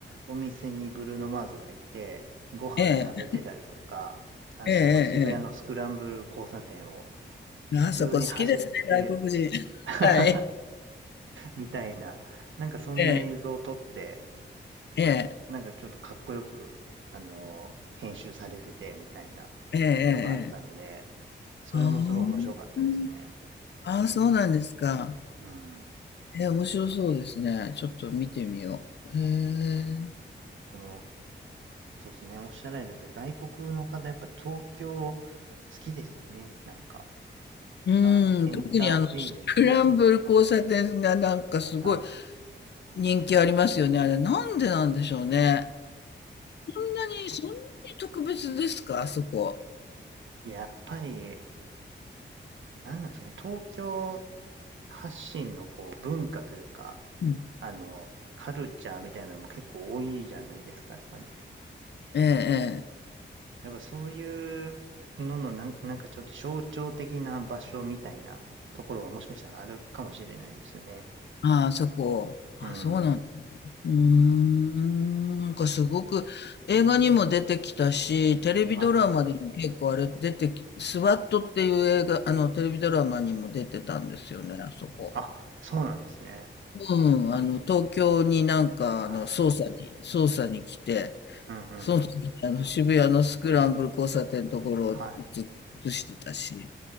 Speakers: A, on the right; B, on the left.
A: お店にブルーノ・マーズがいて、ご飯を食べてたりとか、
B: ええ、
A: あの、
B: ええ、ええ、
A: 渋谷のスクランブル交差点を
B: ええ。ええ
A: 普通に走って
B: あそこ好きですね、外国人。<laughs>
A: <laughs>
B: はい。
A: みたいな、なんかそんな映像を撮って、
B: ええ、ええ、
A: なんかちょっとかっこよく、あの、編集されててみたいな
B: ええ、ええ。
A: のがあったので、それもすごい面白かったですね。
B: ああ、うん。ああ、そうなんですか。
A: うん。
B: ええ、面白そうですね。ちょっと見てみよう。へえ。
A: そう。でも、そうですね。おっしゃられた通り、外国の方、やっぱ東京好きですよね。なんか、
B: うん、
A: まあ、エンターテインメント。
B: 特にあの、スクランブル交差点がなんかすごい
A: はい。
B: 人気ありますよね。あれ、なんでなんでしょうね。そんなに、
A: そう。
B: そんなに特別ですか、あそこ。
A: やっぱり、なんなんですかね。東京発信のこう文化というか、
B: うん。
A: あの、カルチャーみたいなのも結構多いじゃないですか、やっぱり。
B: ええ、ええ。
A: やっぱそういうののなん、なんかちょっと象徴的な場所みたいなところはもしかしたらあるかもしれないですよね。
B: ああ、そこ。あ、
A: うん。
B: そうなんうーん、なんかすごく映画にも出てきたし、テレビドラマでも結構あれ出てき、
A: はいはい。
B: スワットっていう映画、あのテレビドラマにも出てたんですよね、あそこ。
A: あ、そうなんですね。
B: うん、あの東京になんかあの捜査に、
A: はい。
B: 捜査に来て、
A: うんうん。
B: その時にあの渋谷のスクランブル交差点のところを映、
A: はい。
B: 映してたし、